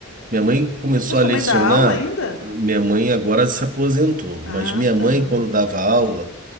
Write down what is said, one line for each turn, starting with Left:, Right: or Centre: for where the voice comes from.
Right: Minha mãe começou
Left: Mas sua
Right: a lecionar.
Left: mãe dá aula ainda?
Right: Minha mãe agora se aposentou, mas
Left: Ah,
Right: minha
Left: tá.
Right: mãe, quando dava aula,